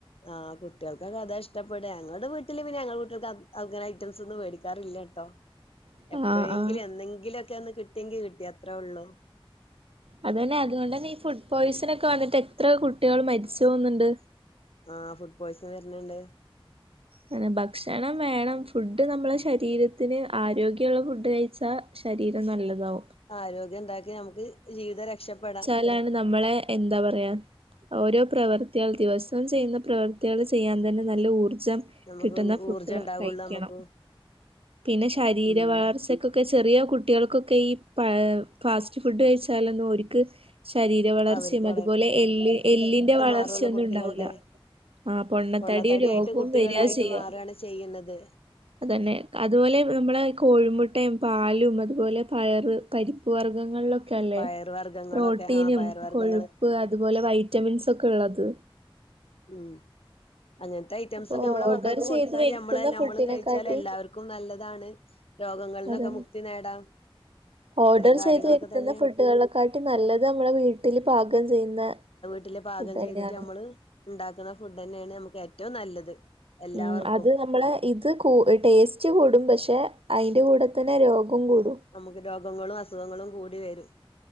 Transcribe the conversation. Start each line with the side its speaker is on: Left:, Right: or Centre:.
Left: ആഹ് കുട്ട്യൾക്കൊക്കെ അതാ ഇഷ്ടപ്പെടാ. ഞങ്ങൾടെ വീട്ടില് പിന്നെ ഞങ്ങൾ കുട്ട്യൾക്ക് അത് അങ്ങനെ ഐറ്റംസ് ഒന്നും വേടിക്കാറില്ലട്ടൊ.
Right: <inaudible>
Left: എപ്പഴെങ്കിലും
Right: ആഹ് ആഹ്
Left: എന്നെങ്കിലൊക്കെ ഒന്ന് കിട്ടിയെങ്കി കിട്ടി അത്രേ ഒള്ളു.
Right: അതെന്നെ. അതുകൊണ്ടെന്നെ ഈ ഫുഡ് പോയ്സൺ ഒക്കെ വന്നിട്ട് എത്ര കുട്ടികൾ മരിച്ചു പോന്ന്ണ്ട്.
Left: ആഹ് ഫുഡ് പോയ്സ് വെര്ന്ണ്ട്.
Right: അതന്നെ. ഭക്ഷണം വേണം. ഫുഡ് നമ്മളെ ശരീരത്തിന് ആരോഗ്യള്ള ഫുഡ് കഴിച്ചാ.... ശരീരം നല്ലതാവും.
Left: ആരോഗ്യം ണ്ടാക്കി നമുക്ക് ജീവിതം രക്ഷപ്പെടാം.
Right: ല്ലാണ്ട് നമ്മളെ എന്താ പറയാ ഓരോ പ്രവർത്തികൾ ദിവസവും ചെയ്യുന്ന പ്രവർത്തികള് ചെയ്യാൻ തന്നെ നല്ല ഊർജം.....
Left: നമുക്ക്
Right: കിട്ട്ന്ന ഫുഡ്
Left: ഊർജ്ജം
Right: വ
Left: ഉണ്ടാവുള്ളൂ
Right: കഴിക്കണം.
Left: നമുക്ക്
Right: പിന്നെ ശരീര
Left: ഉം
Right: വളർച്ചക്കൊ ക്കെ ചെറിയ കുട്ടികൾക്കൊക്കെ ഈ പ ഫാസ്റ്റ് ഫുഡ് കഴിച്ചാലൊന്നും ഒര്ക്ക് ശരീര വളർച്ചയും,
Left: അവർക്ക്
Right: അതുപോലെ എല്ല്, എല്ലിന്റെ വളർച്ചയൊന്നും
Left: മാറുള്ളൂ
Right: ഉണ്ടാവൂല
Left: കുട്ടികൾടെ,
Right: ആ പൊണ്ണത്തടിയും
Left: പൊണ്ണത്തടി
Right: രോഗവും
Left: ആയിട്ട് കുട്ടികളായിട്ട്
Right: വരിക ചെയ്യാ
Left: മാറാണ് ചെയ്യുന്നത്.
Right: അതന്നെ. അതുപോലെ നമ്മളെ കോഴിമുട്ടെയും, പാലും അതുപോലെ പയറ്, പരി പ്പ് വർഗ്ഗങ്ങൾലൊക്കെ അല്ലെ
Left: പയർ വർഗ്ഗങ്ങളൊക്കെ
Right: പ്രോട്ടീനും,
Left: ആ പയർ വർഗ്ഗങ്ങള്
Right: കൊഴു പ്പ്, അതുപോലെ വൈറ്റമിൻസൊക്കെള്ളത്.
Left: ഉം അങ്ങൻത്തെ ഐറ്റംസൊക്കെ
Right: അപ്പൊ
Left: അമ്മളെ
Right: ഓർഡർ
Left: മക്കൾക്ക് കൊട്ത്താല്
Right: ചെയ്ത് വരുത്തുന്ന
Left: അമ്മളെന്നെ
Right: ഫുഡിനെക്കാട്ടി
Left: അമ്മളും കഴിച്ചാല് എല്ലാവർക്കും നല്ലതാണ്. രോഗങ്ങൾന്നൊക്കെ
Right: അതന്നെ
Left: മുക്തി നേടാം. ഇത്തരം
Right: ഓർഡർ
Left: കാര്യങ്ങളൊക്കെ
Right: ചെയ്ത് വെര്ത്ത്ന്ന
Left: തന്നെയാണ്
Right: ഫുഡ്കളെക്കാട്ടിം നല്ലത് നമ്മളെ വീട്ട്‌ല് പാകം ചെയ്യുന്ന
Left: ട്ടില് പാകം
Right: ഫുഡ് തന്നെയാണ്
Left: ചെയ്തിട്ട് അമ്മള് ണ്ടാക്ക്ണ ഫുഡെന്നേണ് അമുക്ക് ഏറ്റവും നല്ലത്. എല്ലാവർക്കും
Right: ഉം. അത് നമ്മളെ ഇത് ക്കൂ ടേസ്റ്റ് കൂടും. പക്ഷെ അയിന്റെ കൂടെ തന്നെ രോഗം കൂടും.
Left: നമുക്ക് രോഗങ്ങളും, അസുഖങ്ങളും കൂടി വരും.